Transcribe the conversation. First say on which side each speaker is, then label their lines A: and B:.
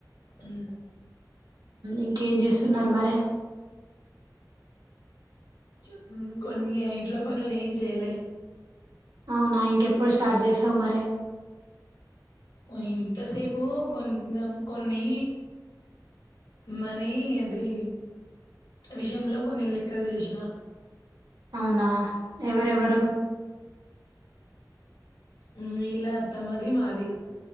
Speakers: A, on the left; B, on the right.
A: మ్మ్
B: ఇంకేం చేస్ త్తున్నారు మరి
A: చెప్ కొన్ని ఇంట్లో పనులు ఏం చెయలే
B: అవునా ఇంకెప్పుడు స్టార్ట్ చేస్తావ్ మరే
A: మ్మ్ ఇంతసేపు కొన్ కొన్ని మనీ అది విషయంలో కొన్ని లెక్కలు చేసిన
B: అవునా ఎవరెవరు
A: ఉమ్ హ్మ్ ఇలా తమ్మది మాది